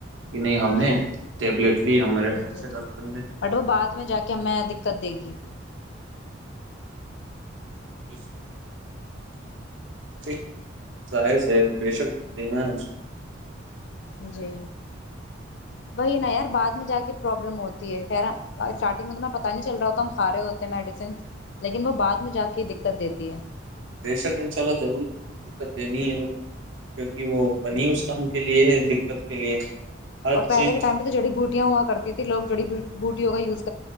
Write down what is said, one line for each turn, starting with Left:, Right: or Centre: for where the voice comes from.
Right: کہ نہیں ہم نے
Left: جی
Right: ٹیبلیٹ لی ہمارے اچھے
Left: جی
Right: ڈاکٹر
Left: جی
Right: نے
Left: بٹ وہ بعد میں جا کے ہمیں دقت دے گی
Right: <inaudible> ٹھیک جائز ہے تو بے شک دینا ہے اس کو
Left: جی وہی نا یار بعد میں جا کے پرابلم ہوتی ہے خیر اسٹارٹنگ میں تو میں پتاہ نہیں چل رہا ہوتا ہم کھا رہے ہوتے ہیں میڈیسن لیکن وہ بعد میں جا کے دقت دیتی ہے
Right: بے شک انشاء اللہ ضرور دقت دینی ہے وہ تو کیوںکہ وہ بنی اس
Left: جی
Right: کام کے لیے دقت کے لیے ہر
Left: اور پہلے
Right: چیز
Left: کے ٹائم پہ تو جڑی بوٹیاں ہوا کرتی تھی لوگ جڑی بوٹیوں کایوز